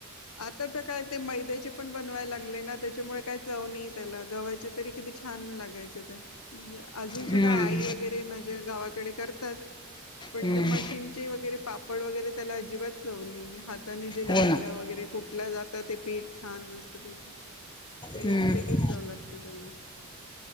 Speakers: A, on the left; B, on the left.
A: आता तर काय ते मैद्याचे पण बनवायला लागले ना, त्याच्यामुळे काय चव नाही त्याला, गव्हाची तरी किती छान लागायचे त्या, म्हणजे अजून सुद्धा
B: हम्म
A: आई वगैरे, ज गावाकडे करतात, पण
B: हम्म
A: ते मशीन, चे वगैरे पापड वगैरे त्याला, अजिबात चव नये हाताने जे लाटलं
B: हो ना
A: वगैरे, फुटला जात ते पीठ, छान मस्तपैकी ते
B: हम्म
A: वेगच, चव लागते त्याला,